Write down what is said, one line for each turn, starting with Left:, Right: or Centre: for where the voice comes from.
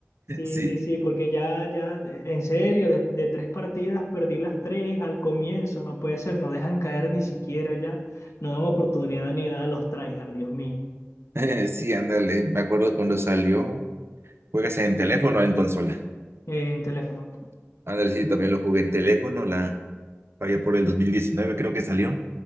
Left: sí,
Right: Sí,
Left: sí, sí, porque ya, ya, de- en serio, de, de tres partidas perdí las tres al comienzo, no puede ser, no dejan caer ni siquiera ya, no dan oportunidad ni nada a los tryhard, Dios mío,
Right: <laughs> sí, ándale. Me acuerdo cuando salió. ¿Juegas en teléfono o en consola?
Left: Eh, en teléfono.
Right: Ándale, sí, también lo jugué en teléfono. La había por el 2019, creo que salió.